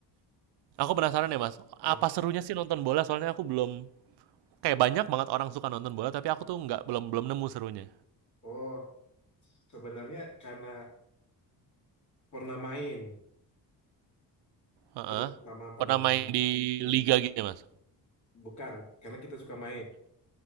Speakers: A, on the right; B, on the left.
A: Aku penasaran ya Mas. Apa
B: Nah,
A: serunya sih nonton bola? Soalnya aku belum kayak banyak banget orang suka nonton bola, tapi aku tuh nggak belum belum nemu serunya.
B: oh. Sebenarnya karena pernah main
A: Heeh.
B: itu pertama pernah
A: Pernah main
B: main.
A: di liga gitu ya Mas?
B: Bukan karena kita suka main.